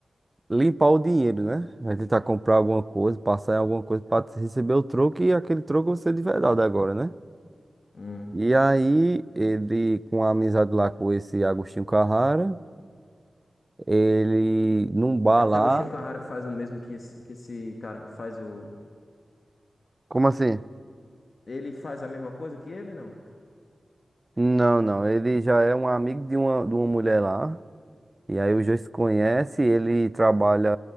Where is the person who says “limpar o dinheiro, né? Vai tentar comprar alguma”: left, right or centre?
Right